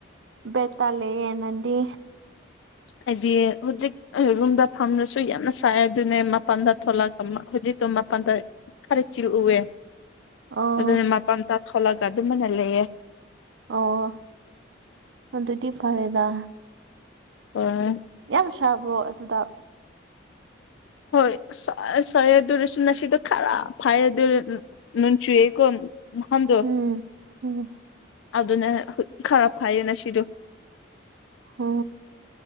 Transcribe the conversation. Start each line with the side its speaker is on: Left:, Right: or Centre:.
Right: ꯕꯦꯠꯇꯜ ꯂꯩꯌꯦ ꯅꯪꯗꯤ?
Left: ꯑꯩꯗꯤ ꯍꯨꯖꯤꯛ ꯔꯨꯝꯗ ꯐꯝꯔꯁꯨ ꯌꯥꯝꯅ ꯁꯥꯏ ꯑꯗꯨꯅꯦ ꯃꯄꯜꯗ ꯊꯣꯛꯂꯛ ꯍꯧꯖꯤꯛꯇꯣ ꯃꯄꯜꯗ ꯈꯔ ꯆꯤꯔꯎꯑꯦ
Right: ꯑꯣ
Left: ꯑꯗꯨꯅ ꯃꯄꯥꯟꯗ ꯊꯣꯛꯂꯒ ꯑꯗꯨꯝꯕꯅ ꯂꯩꯌꯦ꯫
Right: ꯑꯣ ꯑꯗꯨꯗꯤ ꯐꯔꯦꯗ꯫
Left: <unintelligible>
Right: ꯌꯥꯝ ꯁꯥꯕ꯭ꯔꯣ ꯑꯗꯨꯗ꯫
Left: ꯍꯣꯏ ꯁꯔꯦ ꯁꯥꯏꯌꯦ ꯑꯗꯨꯔꯁꯨ ꯉꯁꯤꯗꯣ ꯈꯔ ꯐꯩ ꯑꯗꯨ ꯅꯣꯡ ꯆꯨꯌꯦꯀꯣ? ꯃꯐꯝꯗꯣ
Right: ꯎꯝ ꯎꯝ
Left: ꯑꯗꯨꯅ ꯈꯔ ꯐꯩꯌꯦ ꯉꯁꯤꯗꯣ꯫
Right: ꯍꯣ꯫